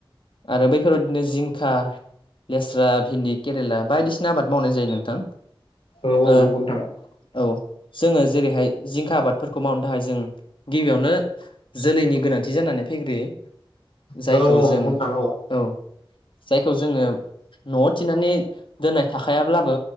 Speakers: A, on the left; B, on the left.
A: आरो बैफोराव बिदिनो जिंखा लेस्रा। भिन्दि केरेला बायदिसिना आबाद मावनाय जायो नोंथां।
B: औ औ
A: ओ
B: नंगौ नोंथां।
A: औ जोङो जेरैहाय जिंखा आबादफोरखौ मावनो थाखाय जों गिबियावनो जोलैनि गोनांथि जानानै फैग्रोयो
B: औ
A: जायखौ
B: औ नंगौ
A: जों
B: नोंथां
A: औ। जायखौ जोङो न'आव थिनानै दोननाय थाखायाब्लाबो